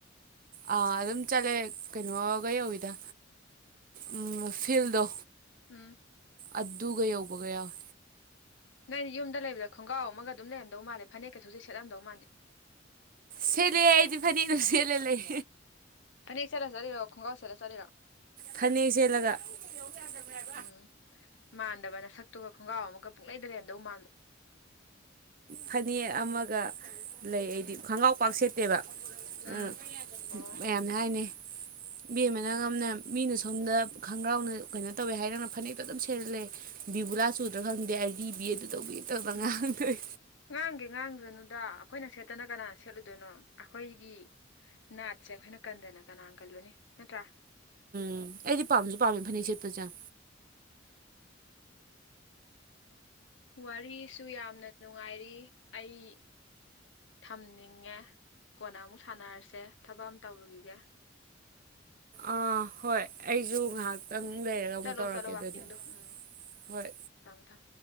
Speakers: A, on the right; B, on the left.
A: ꯑꯥ ꯑꯗꯨꯝ ꯆꯠꯂꯦ ꯀꯩꯅꯣꯒ ꯌꯧꯋꯤꯗ ꯎꯝ ꯐꯤꯜꯗꯣ
B: ꯎꯝ
A: ꯑꯗꯨꯒ ꯌꯧꯕꯒ ꯌꯥꯎꯑꯦ
B: ꯅꯪꯗꯤ ꯌꯨꯝꯗ ꯂꯩꯕꯗ ꯈꯣꯡꯒꯥꯎ ꯑꯃꯒ ꯑꯗꯨꯝ ꯂꯩꯔꯝꯗꯧ ꯃꯥꯜꯂꯦ ꯐꯅꯦꯛꯀ ꯁꯨꯡꯁꯦꯠ ꯁꯦꯠꯂꯝꯗꯧ ꯃꯥꯟꯗꯦ
A: ꯁꯦꯠꯂꯦ ꯑꯩꯗꯤ ꯐꯅꯦꯛ ꯑꯗꯨꯝ ꯁꯦꯠꯂꯥ ꯂꯩ
B: ꯐꯅꯦꯛ ꯁꯦꯠꯂ ꯆꯠꯂꯤꯔꯣ ꯈꯣꯡꯒꯥꯎ ꯁꯦꯠꯂ ꯆꯠꯂꯤꯔꯣ
A: ꯐꯅꯦꯛ ꯁꯦꯠꯂꯒ ꯌꯧ ꯌꯥꯗꯕꯅꯦ ꯍꯥꯏꯕ
B: ꯎꯝ ꯃꯥꯟꯗꯕ ꯅꯁꯛꯇꯨꯒ ꯈꯣꯡꯒꯥꯎ ꯑꯃꯒ ꯄꯨꯡꯂꯩꯗ ꯂꯩꯔꯝꯗꯧ ꯃꯥꯟꯕ
A: ꯐꯅꯦꯛ ꯑꯃꯒ ꯂꯩ ꯑꯩꯗꯤ ꯈꯪꯒꯥꯎ ꯄꯥꯛ ꯁꯦꯠꯇꯦꯕ
B: ꯎꯝ
A: ꯑ
B: ꯑꯣ
A: ꯃꯌꯥꯝꯅ ꯍꯥꯏꯅꯦ ꯏꯕꯦꯝꯃ ꯅꯪ ꯑꯃꯅ ꯃꯤꯅ ꯁꯣꯝꯗ ꯈꯣꯡꯒ꯭ꯔꯥꯎꯅ ꯀꯩꯅꯣ ꯇꯧꯋꯦ ꯍꯥꯏꯔ ꯅꯪꯅ ꯐꯅꯦꯛꯇ ꯑꯗꯨꯝ ꯁꯦꯠꯂ ꯂꯩ ꯕꯤꯕꯨꯂꯥ ꯆꯨꯗ꯭ꯔꯥ ꯈꯪꯗꯦ ꯑꯩꯔꯤꯕꯤ ꯑꯗꯨ ꯇꯧꯕꯤ ꯇꯧꯗ꯭ꯔ
B: ꯎꯝ
A: ꯉꯥꯡꯗꯣꯏ
B: ꯉꯥꯡꯒꯦ ꯉꯥꯡꯖꯅꯨꯗ ꯑꯩꯈꯣꯏꯅ ꯁꯦꯠꯇꯅ ꯀꯅꯥꯅ ꯁꯦꯠꯂꯨꯗꯣꯏꯅꯣ ꯑꯈꯣꯏꯒꯤ ꯅꯥꯠꯁꯦ ꯑꯈꯣꯏꯅ ꯀꯟꯗꯅ ꯀꯅꯥ ꯀꯜꯂꯨꯅꯤ ꯅꯠꯇ꯭ꯔꯥ
A: ꯎꯝ ꯑꯩꯗꯤ ꯄꯥꯝꯖꯨ ꯄꯥꯝꯃꯦ ꯐꯅꯦꯛ ꯁꯦꯠꯄꯁꯦ ꯌꯥꯝ
B: ꯋꯥꯔꯤꯁꯨ ꯌꯥꯝꯅ ꯅꯨꯡꯉꯥꯏꯔꯤ ꯑꯩ ꯊꯝꯅꯤꯡꯉꯦ ꯀꯣꯟꯅ ꯑꯃꯨꯛ ꯁꯥꯟꯅꯔꯁꯦ ꯊꯕꯛ ꯑꯃ ꯇꯧꯔꯨꯒꯤꯒꯦ
A: ꯑꯥ ꯍꯣꯏ ꯑꯩꯖꯨ
B: ꯎꯝ
A: ꯉꯥꯍꯥꯛꯇꯪ ꯂꯩꯔꯒ ꯑꯃꯨꯛ
B: ꯆꯠꯂꯣ
A: ꯇꯧꯔꯛꯀꯦ
B: ꯆꯠꯂꯣ
A: ꯑꯗꯨꯗꯤ
B: ꯋꯥꯛꯀꯤꯡꯗꯣ ꯎꯝ
A: ꯍꯣꯏ
B: ꯊꯝꯃꯣ ꯊꯝꯃꯣ